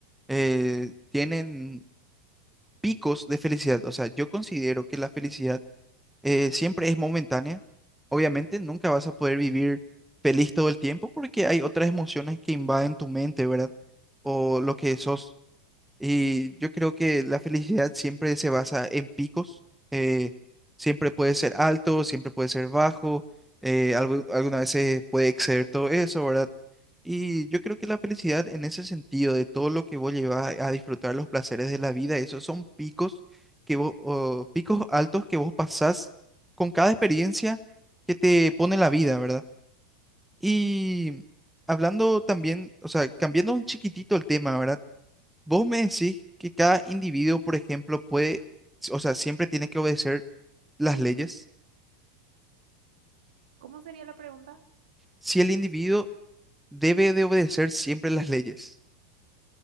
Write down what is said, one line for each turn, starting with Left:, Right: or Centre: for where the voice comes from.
Centre: eh, tienen picos de felicidad. O sea, yo considero que la felicidad eh, siempre es momentánea. Obviamente nunca vas a poder vivir feliz todo el tiempo porque hay otras emociones que invaden tu mente, ¿verdad? O lo que sos. Y yo creo que la felicidad siempre se basa en picos, eh, siempre puede ser alto, siempre puede ser bajo, eh, algo- algunas veces puede exceder todo eso, ¿verdad? Y yo creo que la felicidad en ese sentido, de todo lo que vos llevas a disfrutar los placeres de la vida, esos son picos que vos, o picos altos que vos pasás con cada experiencia que te pone la vida, ¿verdad? Y hablando también, o sea, cambiando un chiquitito el tema, ¿verdad? Vos me decís que cada individuo, por ejemplo, puede, o sea, siempre tiene que obedecer las leyes.
Right: ¿Cómo sería la pregunta?
Centre: Si el individuo debe de obedecer siempre las leyes.